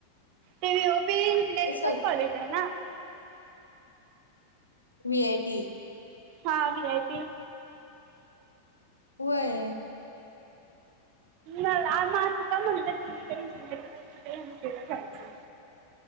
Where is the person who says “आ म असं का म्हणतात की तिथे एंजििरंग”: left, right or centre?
Right